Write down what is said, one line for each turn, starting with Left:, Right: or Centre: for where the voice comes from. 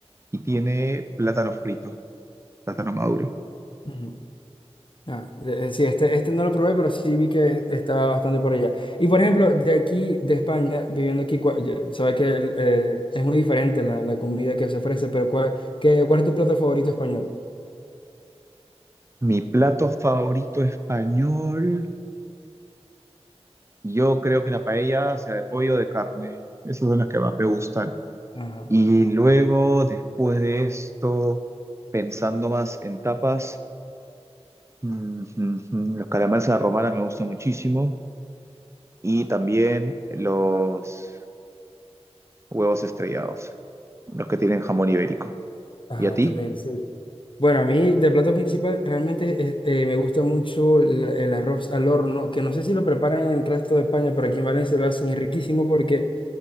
Right: y tiene plátano frito, plátano maduro.
Left: Ujú. Ah, eh, sí, este, este no lo probé, pero sí vi que estaba bastante por allá. Y por ejemplo, de aquí, de España, viviendo aquí, cua- yo- sabe que el, eh, es muy diferente la, la comida que se ofrece, pero ¿cuál, qué- cuál es tu plato favorito español?
Right: Mi plato favorito español, yo creo que la paella sea de pollo o de carne. Esas son las que más me gustan.
Left: Ajá.
Right: Y luego, después de esto, pensando más en tapas, mm, mm, mm, los calamares a la romana me gustan muchísimo. Y también los huevos estrellados, los que tienen jamón ibérico.
Left: Ajá,
Right: ¿Y a ti?
Left: también, sí. Bueno, a mí de plato principal realmente eh, eh, me gusta mucho la- el, arroz al horno, que no sé si lo preparan en el resto de España, pero aquí en Valencia lo hacen, es riquísimo porque